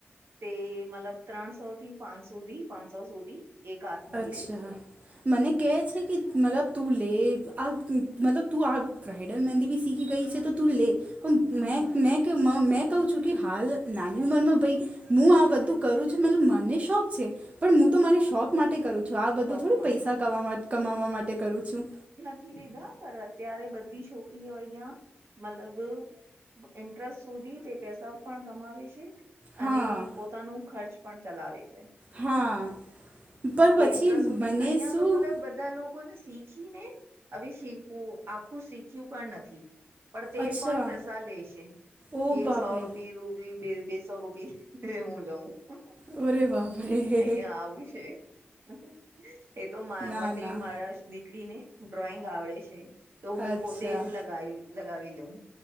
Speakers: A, on the right; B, on the right.
A: તે મતલબ ત્રણસો થી પાંચ સુધી પાંચસો સુધી એક હાથનું
B: અચ્છા.
A: લે છે
B: મને કહે છે કે મતલબ તું લે આ મતલબ તું આ બ્રાઈડલ મેંહદી બી શીખી ગઈ છે તો તું લે પણ
A: હમ
B: મે મે કેવું મે કઉ છું કે હાલ નાની ઉંમરમાં ભાઈ હું આ બધું કરું છું મતલબ મને શોખ છે પણ હું તો મારી શોખ માટે કરું છું આ બધું
A: શોખ
B: થોડું
A: માટે
B: પૈસા કવામા કમાવા માટે કરું છું.
A: <unintelligible> અતયારે બધી છોકરીઓ અહિયાં મતલબ ઇન્ટરેસ્ટ સુધી તે પૈસા પણ કમાવે છે
B: હા
A: અને પોતાનું ખર્ચ પણ ચલાવે છે.
B: હા. પણ
A: કેન્ટ્ર
B: પછી
A: સુધી
B: મને
A: અહિયાં
B: શું
A: તો મતલબ બધા લો કોને શીખી ને અવે શિલ્પુ આખું શીખ્યું પણ નથી. પણ તે
B: અચ્છા
A: પણ પૈસા લે છે
B: ઓ
A: કે
B: બાપરે
A: એ સો રૂપિયે રૂ બે બેસો રૂપી લે એ હું એ લઉં હ-હ.
B: અરે બાપરે.
A: અયા આવુંશે હ-હ એ તો મા
B: ના
A: મને
B: ના
A: મારા દીકરીને ડ્રોઈંગ આવડે છે તો હું
B: અચ્છા
A: પોતેજ લગાઈ લગાવી લઉં